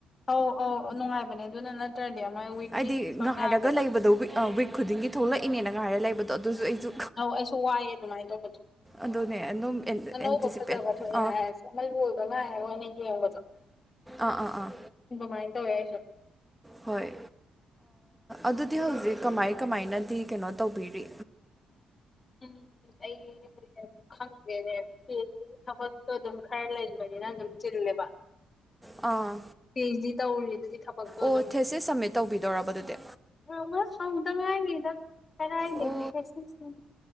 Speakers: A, on the left (about 35°); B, in the centre.
A: ꯑꯧ ꯑꯧ ꯅꯨꯡꯉꯥꯏꯕꯅꯦ ꯑꯗꯨꯅ ꯅꯠꯇ꯭ꯔꯗꯤ ꯃꯣꯏ ꯋꯤꯛꯂꯤ
B: ꯍꯥꯏꯗꯤ
A: ꯏꯄꯤꯁꯣꯠ
B: ꯉꯥꯏꯔꯒ
A: ꯉꯥꯏꯕꯗꯣ
B: ꯂꯩꯕꯗꯣ ꯋꯤꯛ ꯋꯤꯛ ꯈꯨꯗꯤꯡꯒꯤ ꯊꯣꯛꯂꯛꯏꯅꯦꯅ ꯉꯥꯏꯔ ꯂꯩꯕꯗꯣ ꯑꯗꯨꯖꯨ ꯑꯩꯖꯨ
A: ꯑꯧ ꯑꯩꯁꯨ ꯋꯥꯏꯑꯦ ꯑꯗꯨꯃꯥꯏꯅ ꯇꯧꯕꯗꯣ
B: ꯑꯗꯨꯅꯦ ꯑꯗꯨꯝ ꯑꯦꯟ-
A: ꯑꯅꯧꯕ
B: ꯑꯦꯟꯇꯤꯁꯤꯄꯦꯠ
A: ꯐꯖꯕ ꯊꯣꯛꯑꯦ
B: ꯑꯥ
A: ꯍꯥꯏꯔꯁꯨ ꯑꯃ ꯂꯣꯏꯕ ꯉꯥꯏꯔꯒ ꯑꯣꯢꯅ ꯌꯦꯡꯕꯗꯣ
B: ꯑꯥ ꯑꯥ ꯑꯥ
A: ꯗꯨꯃꯥꯏ ꯇꯧꯑꯦ ꯑꯩꯁꯨ
B: ꯍꯣꯏ ꯑꯗꯨꯗꯤ ꯍꯧꯖꯤꯛ ꯀꯃꯥꯏ ꯀꯃꯥꯏꯅꯗꯤ ꯀꯩꯅꯣ ꯇꯧꯕꯤꯔꯤ
A: ꯎꯝ ꯑꯩ <unintelligible> ꯈꯪꯗꯦꯅꯦ ꯍꯝ ꯑꯗꯨꯒꯤ ꯊꯕꯛꯇꯣ ꯑꯗꯨꯝ ꯈꯔ ꯂꯩꯕꯅꯤꯅ ꯑꯗꯨꯝ ꯆꯤꯜꯂꯦꯕ
B: ꯑꯥ
A: ꯄꯤ ꯍꯥꯁ ꯗꯤ ꯇꯧꯔꯤ ꯑꯗꯨꯗꯤ ꯊꯕꯛꯇꯣ
B: ꯑꯣ
A: ꯑꯗꯨꯝ
B: ꯊꯦꯁꯦꯏ ꯁꯝꯃꯤꯠ ꯇꯧꯕꯤꯗꯧꯔꯕꯔꯥ ꯑꯗꯨꯗꯤ
A: <unintelligible> ꯍꯗꯉꯥꯏꯔꯤꯗ ꯀꯗꯥꯏ ꯗꯒꯤ
B: ꯑꯣ
A: ꯊꯦꯁꯦꯏ ꯅꫭ